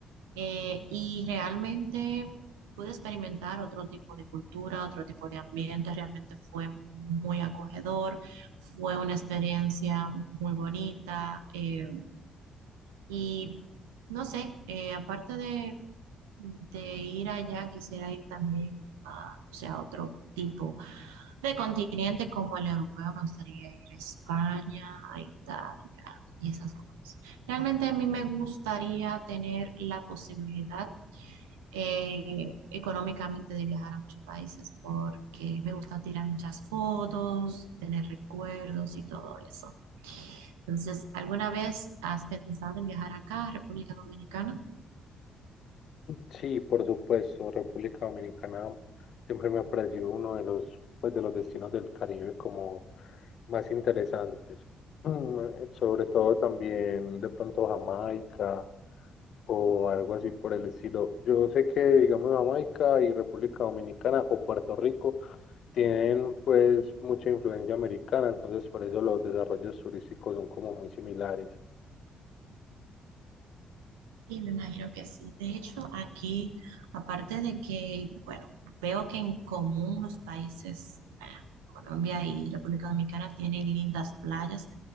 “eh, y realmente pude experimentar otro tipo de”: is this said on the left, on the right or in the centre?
Right